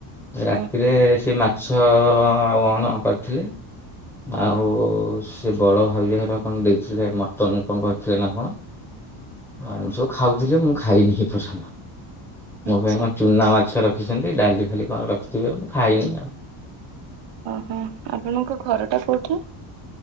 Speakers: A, in the centre; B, on the right (about 60°).
A: ରାତିରେ
B: ହଁ
A: ସେ ମାଛ-ଅ-ଅ ଆଉ ଅଣ କରିଥିଲେ। ଆଉ-ଉ-ଉ
B: ହଁ
A: ସେ ବଡ ଭାଉଜ ଘର କଣ ଦେଇଥିଲେ ମଟନ କଣ କରିଥିଲେ ନା କଣ। ଆଉ ସବୁ ଖାଉଥିଲେ ମୁଁ ଖାଇନି ଏପର୍ଯ୍ୟନ୍ତ। ମୋ
B: ଆଚ୍ଛା
A: ପାଇଁ କଣ ଚୁନା ମାଛ ରଖିଛନ୍ତି ଡାଲିଫାଲି କଣ ରଖିଥିବେ ମୁଁ ଖାଇନି ଆଉ।
B: ଓହୋଃ, ଆପଣଙ୍କ ଘରଟା କୋଉଠି?